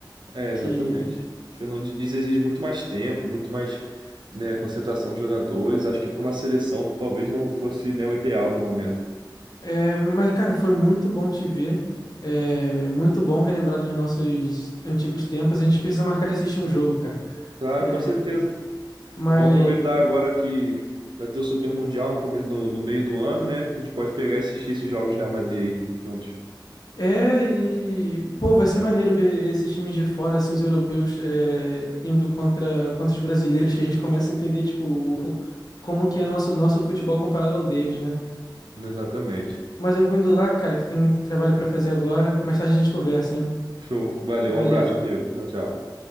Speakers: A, on the right (about 70°); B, on the left (about 55°).
A: É, exatamente.
B: Que,
A: O Fernando Diniz exige muito mais tempo, muito mais, né, concentração dos jogadores. Acho que para uma seleção talvez não fosse, né, o ideal no momento.
B: é, mas, cara, foi muito bom te ver, é, muito bom relembrar dos nossos antigos tempos, a gente precisa marcar de assistir um jogo, cara.
A: Claro,
B: É,
A: com certeza.
B: mas
A: Vamos aproveitar agora que vai ter o Super Mundial no começo, no, no meio do ano, né? A gente pode pegar e assistir esses jogos de Real Madrid aí juntos.
B: É, e, pô, vai ser maneiro ver esses times de fora, assim, os europeus é, indo contra, contra os brasileiros, que a gente começa a entender, tipo, <laughs> o- como que é nosso, nosso futebol comparado ao deles, né?
A: Exatamente.
B: Mas eu vou indo lá, cara, que tem um trabalho pra fazer agora. Mais tarde a gente conversa, hein?
A: Show. Valeu,
B: Valeu.
A: um abraço, amigo. Tchau, tchau.